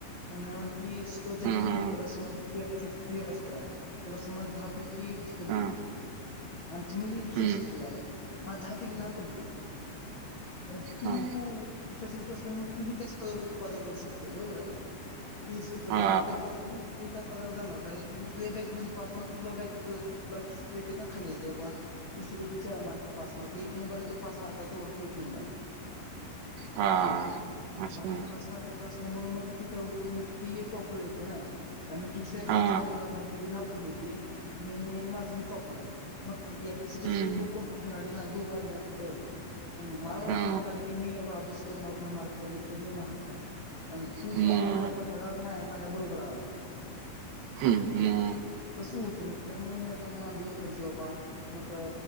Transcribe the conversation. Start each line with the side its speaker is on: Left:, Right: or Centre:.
Left: आणि ती स्टो <unintelligible>
Right: हम्म हम्म
Left: समजका एका तुला समज दहा पैकी पडली
Right: हा
Left: आणि मी दुसऱ्या
Right: हम्म
Left: शिफ्टीला आहे मला दहा पैकी, दहा पडली तू
Right: हा
Left: दुसऱ्या शिफ्टला असल्यामुळे तू् बी त्याच पदावर, पदावर जाऊ शकतोय बरोबर आहे. तीस पद
Right: हा
Left: आहे मग त्या पदाला तु तू टप्प्या झाला जाणार कारण तू तुझ्या बॅच मध्ये पाच मार्क बाकी व <unintelligible> खाली येईल देवबा. दुसर आहे ते चार मार्क, पाच मार्क एक नंबर आहे तो पाच मार्कच्या वरती एक नंबर आहे.
Right: हा हा
Left: हो
Right: असं
Left: मग ती पाच एक मार्काच असल्यामुळे मग ती काय होतय मग ती टॉपला येते ना अन् मी दुसऱ्या बॅचचा
Right: हा
Left: आहे मला द दहा पैकी दहा पडले होते तर माझ मी टॉपला आहे मग एका सिटासाठी
Right: हम्म
Left: दोन काॅम तू काय त्याच्यापुढे मला वाटेना
Right: हा
Left: की मी एवढा अभ्यास करून मला दहा मार्क पडले तरी मी माघ आहे तू
Right: मग
Left: पाच मार्कावर पंधरा म्या, म्या पुढं उभं राहावं लागेल.
Right: हम्म, हम्म.
Left: तसं होते मग त्यामुळे मी आता मग आंदोलन करते बाबा. मग